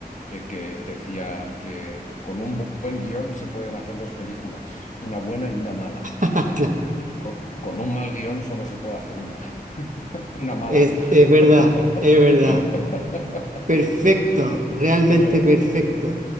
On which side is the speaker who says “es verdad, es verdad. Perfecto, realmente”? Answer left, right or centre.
Right